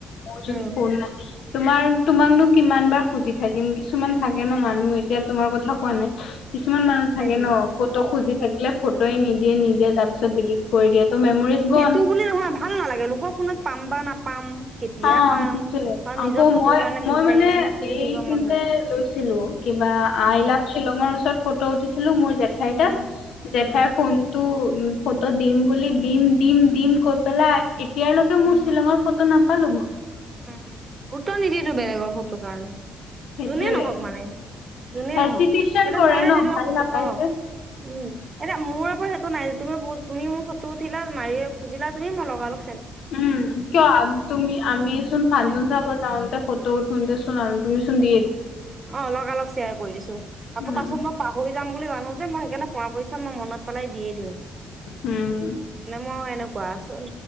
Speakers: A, on the left (about 75°); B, on the right (about 35°).
A: মোৰ যদি
B: উম,
A: ফোন নাই তোমাৰ তোমাকনো কিমান বাৰ খুজি থাকিম কিছুমান থাকে ন' মানুহ এতিয়া তোমাৰ কথা কোৱা নাই। কিছুমান মানুহ
B: সেইটোৱে।
A: থাকে ন'ফটো খুজি থাকিলে ফটোয়ে নিদিয়ে- নিদিয়ে তাৰ পিছত ডিলিট কৰি দিয়ে। ত' মেমৰিজ
B: সেইটো
A: গ'ল
B: বুলি নহয় ভাল নালাগে লোকৰ ফোনত পাম বা নাপাম। কেতিয়া
A: অহ,
B: পাম
A: সেইটোয়ে
B: আৰু
A: আকৌ
B: নিজৰ ফটোৰ
A: মই
B: কাৰণে
A: -মই
B: ভিক্ষাৰীৰ
A: মানে
B: নিচিনা খুজি
A: এইখিনিতে
B: থাকিব মন নাযায়।
A: লৈছিলো বা
B: উম,
A: আই লাভ শ্বিলঙৰ ওচৰত ফটো উঠিচ ছিল মোৰ জেঠাই কাক
B: উম,
A: জেঠাইৰ
B: উম,
A: ফোনটো উম ফটো দিম বুলি দিম দিম দিম কৈ পেলাই এতিয়ালৈকে
B: উম,
A: মোৰ শ্বিলঙৰ ফটো নাপ <unintelligible>
B: উম, গুৰুত্ব নিদিয়েতো বেলেগৰ ফটো কাৰণে
A: সেইটোয়ে
B: যোনে নহওক মানে। যোনেই
A: হেচিটেশ্যন
B: নহওক এতিয়া
A: কৰে
B: মই
A: ন
B: যেনেকুৱা
A: ভাল
B: খছো
A: নাপায়
B: অহ
A: যে
B: উম এতিয়া মোৰ সেইটো নাই তুমি বহু তুমি মো ফুটো উঠিলা মাৰি খুজিলা তুমি মই লগ
A: উম, কিয় তুমি আমিচোন ফাংচন যাব যাওঁতে ফটো উঠোতে চোন আমি তুমি চোন দিয়ে
B: অহ লগা লগ শ্বেয়াৰ কৰি দিছো, আকৌ
A: উম
B: পাছত মই পাহৰি যাম বুলি জানো যে মই সেইকাৰণে পৰা পক্ষত মই মনত পেলাই দিয়ে দিওঁ।
A: উম
B: মই কোৱা আছে